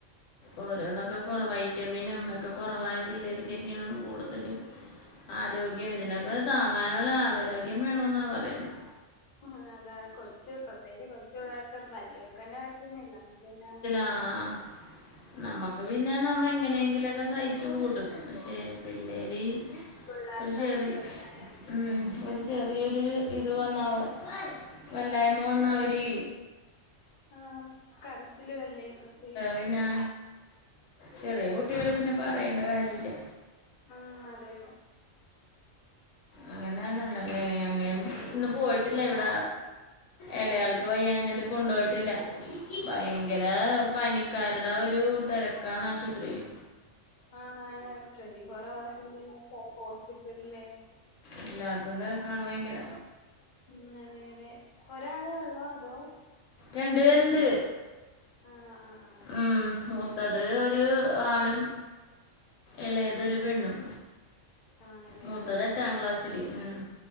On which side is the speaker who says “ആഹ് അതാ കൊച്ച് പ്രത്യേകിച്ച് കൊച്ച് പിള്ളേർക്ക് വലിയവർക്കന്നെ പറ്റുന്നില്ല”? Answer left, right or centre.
Left